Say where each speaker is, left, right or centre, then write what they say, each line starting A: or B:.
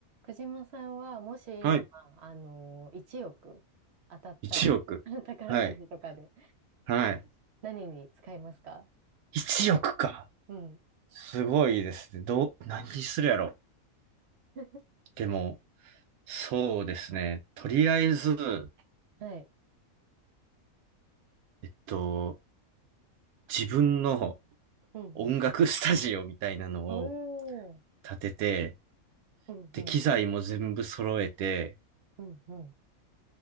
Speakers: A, on the right; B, on the right.
A: 藤間さんは、もし今、
B: はい。
A: あの、1億当たったら、
B: 1億。
A: <laughs> 宝くじとかで
B: はい。はい。
A: 何に使いますか
B: 1億か。
A: うん。
B: すごいですね。どう、何にするやろ。
A: <laughs>
B: でも、そうですね。とりあえず、
A: はい。
B: えっと、自分の
A: うんうん。
B: 音楽スタジオみたいなのを
A: おー。
B: 建てて、
A: うんうん。
B: で、機材も全部揃えて、
A: うんうん。